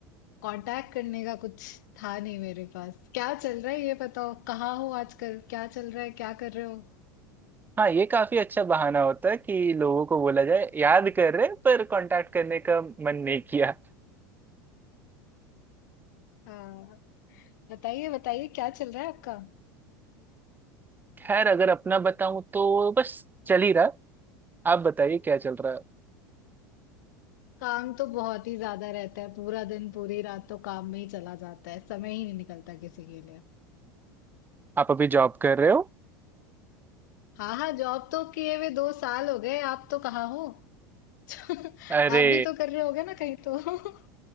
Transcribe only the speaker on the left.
कांटेक्ट करने का कुछ था नहीं मेरे पास क्या चल रहा है ये बताओ कहाँ हो आजकल क्या चल रहा है क्या कर रहे हो
हाँ बताइए बताइए क्या चल रहा है आपका
काम तो बहुत ही ज्यादा रहता है पूरा दिन पूरी रात तो काम में ही चला जाता है समय ही नहीं निकलता किसी के लिए
हाँ हाँ जॉब तो किए हुए दो साल हो गए आप तो कहाँ हो <laughs>
आप भी तो कर रहे होगे ना कहीं तो <laughs>